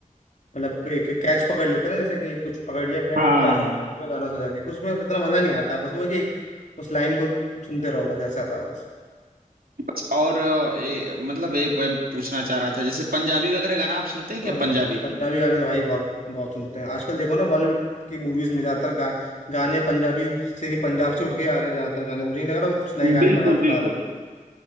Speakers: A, on the left (about 55°); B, on the right (about 85°).
A: मतलब क- एक कैच पकड़ लेते हैं ना जैसे कि एक कुछ पकड़ लिया कैच
B: हाँ
A: उसके आसपास
B: हाँ
A: हमने पूरा गाना सजा दिया फिर उसमें इतना मजा नहीं आता बस वो है कि एक उस लाइन को सुनते रहो बस ऐसा था बस
B: बस। और अ, ए, मतलब ये मैं पूछना चाह रहा था जैसे पंजाबी वगैरह गाना आप सुनते हैं
A: और
B: क्या पंजाबी
A: पंजाबी गाने तो भाई बहुत बहुत सुनते हैं आजकल देखो ना बॉलीवुड की मूवीज में ज्यादातर गा, गाने पंजाबी से ही पंजाब से उठ के आ रहे हैं ज्यादातर गाने मुझे नहीं लग रहा वो कुछ नए गाने
B: बिल्कुल
A: बना भी
B: बिल्कुल
A: पा रहे हैं